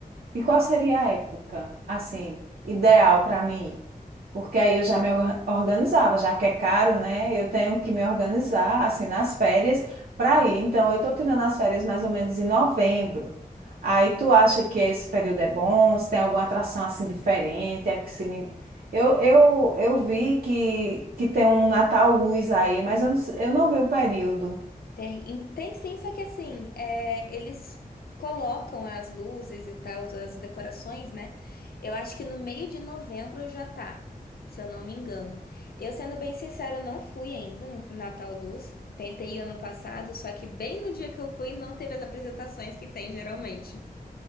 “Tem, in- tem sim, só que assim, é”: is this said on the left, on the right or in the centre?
Left